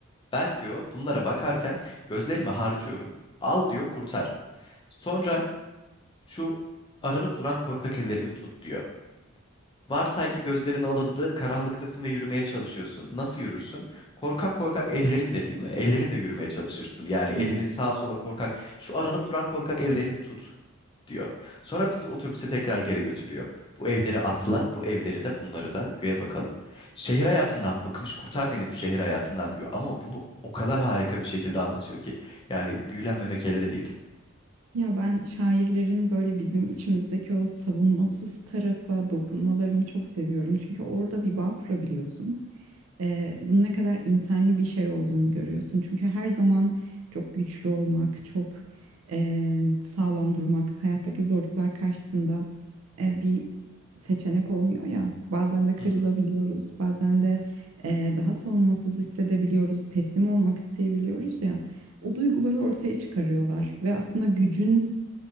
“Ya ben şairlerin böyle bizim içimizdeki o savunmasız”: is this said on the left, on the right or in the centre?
Right